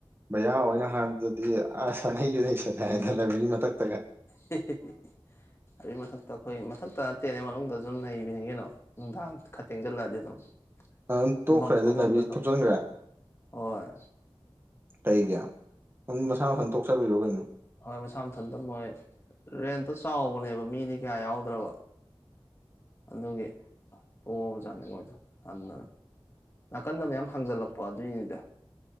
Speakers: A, on the right (about 25°); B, on the left (about 25°).
A: ꯃꯌꯥ ꯑꯣꯏꯅ ꯍꯥꯏꯕꯗꯗꯤ ꯑꯥ ꯁꯥꯟꯅꯩ ꯌꯨꯅꯩ ꯁꯟꯂꯦ ꯍꯥꯏꯗ ꯂꯕ꯭ꯔꯦꯔꯤ ꯃꯊꯛ
B: ꯍꯦ ꯍꯦ ꯍꯦ ꯍꯦ ꯂꯥꯏꯕ꯭ꯔꯦꯔꯤ ꯃꯊꯛ ꯑꯩꯈꯣꯏ ꯃꯊꯛꯇ ꯅꯠꯇꯦꯅꯦ ꯃꯅꯨꯡꯗꯁꯨ ꯑꯗꯨꯝ ꯅꯩꯕꯤꯅꯤ ꯀꯩꯅꯣ ꯅꯨꯡꯗꯥꯡ ꯈꯔ ꯇꯦꯡꯁꯤꯜꯂꯛꯑꯗꯤ ꯑꯗꯨꯝ
A: ꯑꯗꯨꯝ
B: ꯐꯝꯐꯝ
A: ꯇꯣꯛꯈ꯭ꯔꯦ ꯑꯗꯨꯗꯤ
B: ꯐꯝꯐꯝꯗ
A: ꯂꯥꯢꯕ꯭ꯔꯦꯔꯤ
B: ꯑꯗꯨꯝ
A: ꯊꯨꯞꯆꯟꯒ꯭ꯔꯦ
B: ꯍꯣꯏ
A: ꯀꯩꯒꯤ ꯑꯗꯨꯝ ꯃꯁꯥ ꯃꯊꯟ ꯇꯣꯛꯆꯈ꯭ꯔꯤꯔꯣ ꯀꯩꯅꯣ
B: ꯍꯣꯏ ꯃꯁꯥ ꯃꯊꯟꯇ ꯃꯣꯏ ꯔꯦꯟꯇꯣ ꯆꯥꯎꯕꯅꯦꯕ ꯃꯤꯗꯤ ꯀꯌꯥ ꯌꯥꯎꯗ꯭ꯔꯕ ꯑꯗꯨꯒꯤ ꯇꯣꯛꯑꯕꯖꯥꯠꯅꯦ ꯃꯣꯏꯗꯣ ꯇꯟꯗꯅ ꯅꯥꯀꯟꯗ ꯃꯌꯥꯝ ꯍꯥꯡꯖꯜꯂꯛꯄ ꯑꯗꯨꯏꯅꯤꯗ